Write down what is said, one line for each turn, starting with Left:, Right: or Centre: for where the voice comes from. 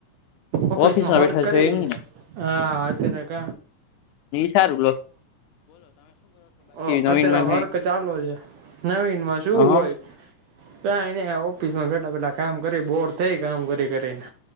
Right: ઓફિસ
Left: ઓફિસમાં
Right: માં વર્ક
Left: બેઠા
Right: કરી
Left: છો એમને
Right: છે હા અત્યારે ક
Left: સારુંલો
Right: હ
Left: નવીનમાં
Right: અત્યારે વર્ક
Left: કઈ
Right: ચાલુ છે, નવીનમાં શું
Left: અહ
Right: હોય. ક એને ઓફિસ માં બેઠા બેઠા કામ કરી બોર થઈ કામ કરી કરીને.